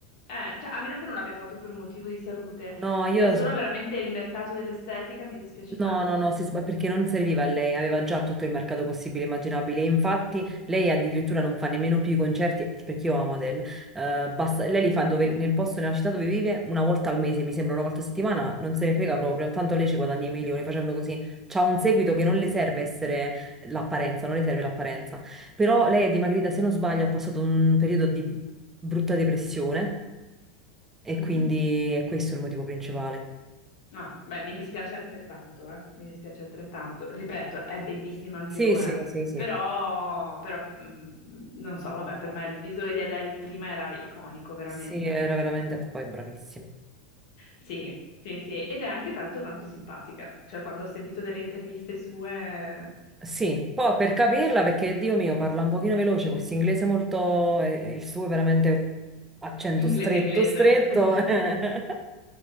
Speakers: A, on the left (about 60°); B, on the right (about 15°).
A: eh, cioè, a meno che non l'abbia fatto per un motivo di salute,
B: No,
A: se
B: io
A: è solo
B: s-
A: veramente il mercato dell'estetica mi dispiace tanto.
B: No, no, no, si sba- perché non serviva a lei, aveva già tutto il mercato possibile e immaginabile. Infatti, lei addirittura non fa nemmeno più i concerti, perché io amo Adele. eh, basta- lei li fa dove- nel posto, nella città dove vive, una volta al mese, mi sembra una volta a settimana, non se ne frega proprio. Tanto lei ci guadagna i milioni facendo così. C'ha un seguito che non le serve essere l'apparenza, non le serve l'apparenza. Però lei è dimagrita, se non sbaglio, ha passato un periodo di brutta depressione e
A: Mhm.
B: quindi è questo il motivo principale.
A: Ah, beh, mi dispiace altrettanto, eh? Mi dispiace altrettanto. Ripeto, è bellissima anche
B: Sì,
A: ora,
B: sì, sì, sì.
A: però, però, mm, non so, vabbè, per me il visuale di Adele prima era iconico, veramente.
B: Sì, era veramente, ma poi è bravissimo.
A: Sì, sì, sì, ed è anche tanto, tanto simpatica. Cioè, quando ho sentito delle interviste sue,
B: Sì, poi per capirla, perché Dio mio parla un pochino veloce, questo inglese molto, eh, il suo è veramente accento
A: inglese,
B: stretto,
A: inglese.
B: stretto.
A: <laughs>
B: <laughs>